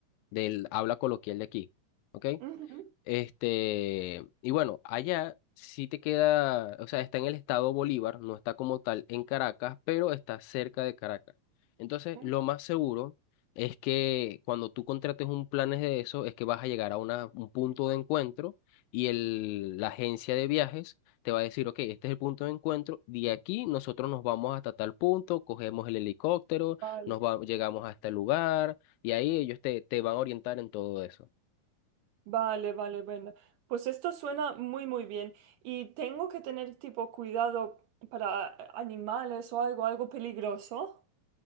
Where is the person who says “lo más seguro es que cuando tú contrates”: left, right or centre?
Left